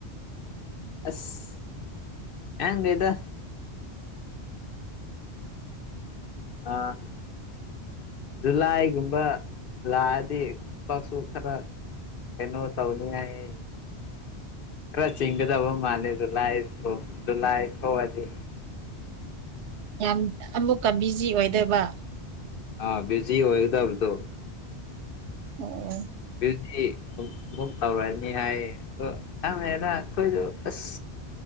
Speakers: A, on the left; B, on the right.
A: ꯑꯁ ꯑꯦꯟꯗꯤꯗ ꯑꯥ ꯖꯨꯂꯥꯏꯒꯨꯝꯕ ꯂꯥꯛꯑꯗꯤ ꯊꯕꯛꯁꯨ ꯈꯔ ꯀꯩꯅꯣ ꯇꯧꯅꯤꯉꯩ ꯈꯔ ꯆꯤꯡꯒꯗꯕ ꯃꯥꯜꯂꯦ ꯑꯗꯣ ꯂꯥꯏꯐꯇꯣ ꯖꯨꯂꯥꯏ ꯐꯣ ꯑꯗꯤ
B: ꯌꯥꯝ ꯑꯃꯨꯛꯀ ꯕꯤꯖꯤ ꯑꯣꯏꯗꯩꯕ
A: ꯑꯥ ꯕꯤꯖꯤ ꯑꯣꯏꯒꯗꯕꯗꯣ
B: ꯑꯣ
A: ꯕꯤꯠꯀꯤ ꯍꯨꯡ ꯍꯨꯡ ꯇꯧꯔꯛꯅꯤ ꯍꯥꯏꯌꯦ ꯑꯣ ꯑꯝꯍ꯭ꯔꯦꯗ ꯑꯈꯣꯏꯖꯨ ꯑꯁ